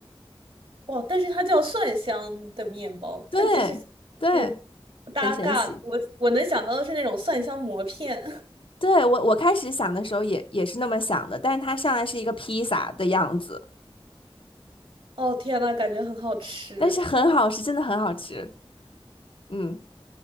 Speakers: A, on the right; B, on the left.
A: 哇，但是它叫蒜香的面包，
B: 对对，
A: 但这是是不搭嘎的。
B: 很神奇。
A: 我我能想到的是那种蒜香馍片。<laughs>
B: 对，我我开始想的时候也也是那么想的，但是它上来是一个披萨的样子，
A: 哦天呐，感觉很好吃。
B: 但是很好吃，真的很好吃。嗯，